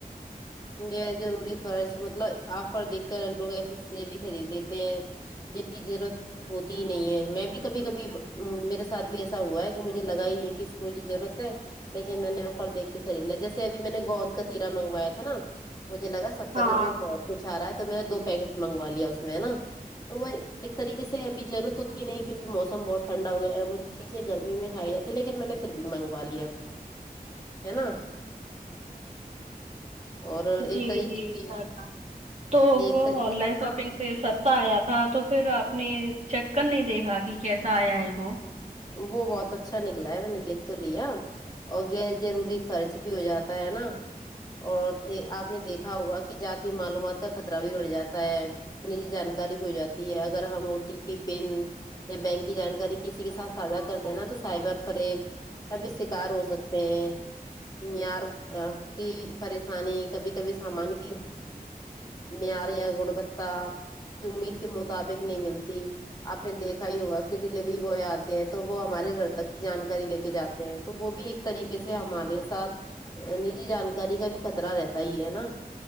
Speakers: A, on the left; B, on the right.
A: یہ ضروری خرچ مطلب آفر دیکھ کر لوگ ایسی چیزیں بھی خرید لیتے ہیں جن کی ضرورت ہوتی ہی نہیں ہے میں بھی کبھی کبھی میرے ساتھ بھی ایسا ہوا ہے کہ مجھے لگا ہی نہیں ہے کہ اس کی مجھے ضرورت ہے لیکن میں نے آفر دیکھ کے خرید لیا جیسے ابھی میں نے گوند کاتیرا منگویا تھا نا مجھے لگا س ستر
B: ہاں
A: روپئے بہت کچھ آ رہا ہے تو میں نے دو پیکٹ منگوا لیا اس میں ہے نا تو وہ ایک طریقے سے ابھی ضرور تو ٹھیک ہے کیونکہ موسم بہت ٹھنڈا ہویا ہے وہ چیزیں گرمی میں کھائی جاتی ہے لیکن میں نے پھر بھی منگوا لیا ہے نا اور ایک
B: جی
A: طریقے
B: جی
A: سے
B: انشاء اللہ تو
A: ایک
B: وہ
A: طریقے
B: آن لائن
A: سے
B: شاپنگ پھر سستا آیا تھا تو پھر آپ نے چیک کر نہیں دیکھا کہ کیسا آیا ہے وہ
A: وہ بہت اچھا نکلا ہے میں نے دیکھ تو لیا اور غیر ضروری خرچ بھی ہو جاتا ہے نا اور آپ نے دیکھا ہوگا کہ جاتی معلومات کا خطرہ بھی بڑھ جاتا ہے نجی جانکاری بھی ہو جاتی ہے اگر ہم او ٹی پی پین یا بینک کی جانکاری کسی کے ساتھ فضہ کرتے ہیں نا تو سائبر فریب کا بھی شکار ہو سکتے ہیں نیار کی پریشانی کبھی کبھی سامان کی میاریا گڑ بتہ امید کے مطابق نہیں ملتی آپ نے دیکھا ہی ہوگا کہ ڈیلیوری والے آتے ہیں تو وہ ہمارے گھر تک کی جانکاری لے کے جاتے ہیں تو وہ بھی ایک طریقے سے ہمارے ساتھ نجی جانکاری کا بھی خطرہ رہتا ہی ہے نا